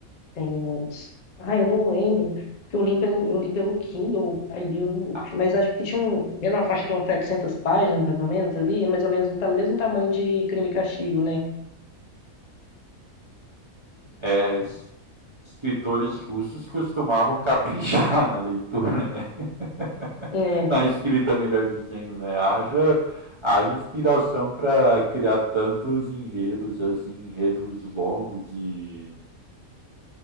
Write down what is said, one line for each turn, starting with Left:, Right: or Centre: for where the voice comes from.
Left: Tem uns. Ah, eu não lembro, porque eu li pelo, eu li pelo Kindle, aí eu.
Right: Ah,
Left: Mas acho que tinha um, era na faixa de umas 700 páginas, mais ou menos, ali, mais ou menos do ta- mesmo tamanho de Crime e Castigo, né?
Right: É, es- escritores russos costumavam caprichar <laughs> na leitura, né? <laughs>
Left: É,
Right: na escrita, melhor dizendo, né? Haja, haja inspiração para criar tantos enredos, assim, enredos longos e